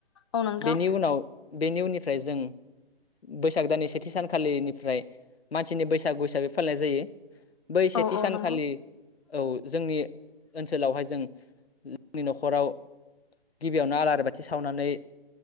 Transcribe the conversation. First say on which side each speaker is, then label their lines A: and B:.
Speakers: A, on the left (about 30°); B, on the left (about 85°).
A: औ नोंथां
B: बेनि उनाव बेनि उननिफ्राय जों बैसाग दाननि सेथि सानखालिनिफ्राय मानसिनि बैसागु हिसाबै फालिनाय जायो। बै सेथि
A: औ औ
B: सानखालि
A: नंगौ
B: औ जोंनि ओनसोलावहाय जों जोंनि न'खराव गिबियावनो आलारि बाथि सावनानै